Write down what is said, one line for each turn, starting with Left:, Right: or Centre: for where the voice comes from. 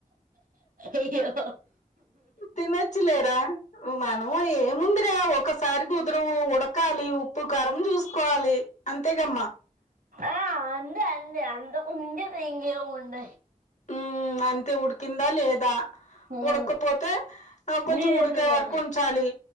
Right: అయ్యో
Left: తినొచ్చులేరా మా ఏముందిరా ఒకసారి కుదరవు ఉడకాలి ఉప్పు కారం చూసుకోవాలి అంతేగమ్మా
Right: ఆ అందు అందు అంత ముజ మేంగ్యవు ఉండ
Left: ఉ అంతే ఉడికిందా లేదా
Right: ఉమ్
Left: ఉడకపోతే నాకు కొంచెం
Right: నిజమా
Left: ఉడికే వరకు ఉంచాలి